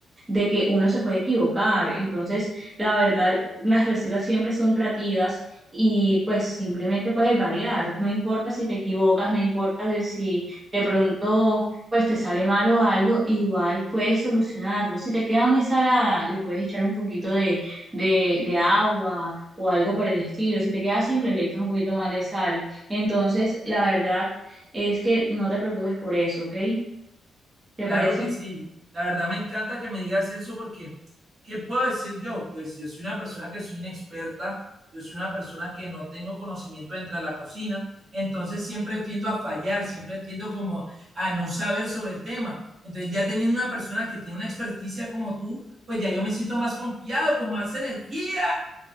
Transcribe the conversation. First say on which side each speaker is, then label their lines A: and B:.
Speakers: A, on the right; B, on the right.
A: de que uno se puede equivocar. Entonces, la verdad, las recetas siempre son creativas y pues simplemente puedes variar. No importa si te equivocas, no importa de si de pronto pues te sale mal o algo, igual puedes solucionarlo. Si te queda muy salada, le puedes echar un poquito de, de, de agua o algo por el estilo. Si te queda simple, le echas un poquito más de sal. Entonces, la verdad es que no te preocupes por eso, ¿ok? ¿Te
B: Claro
A: parece?
B: que sí. La verdad me encanta que me digas eso porque, ¿qué puedo decir yo? Pues yo soy una persona que soy inexperta, yo soy una persona que no tengo conocimiento dentro de la cocina, entonces siempre tiendo a fallar, siempre tiendo como a no saber sobre el tema. Entonces ya teniendo una persona que tiene una experticia como tú, pues ya yo me siento más confiado, con más energía.